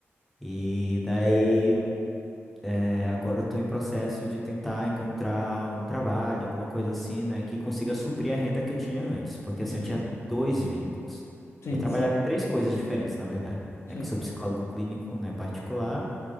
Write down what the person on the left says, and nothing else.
uhum.
Sim,
sim,
sim.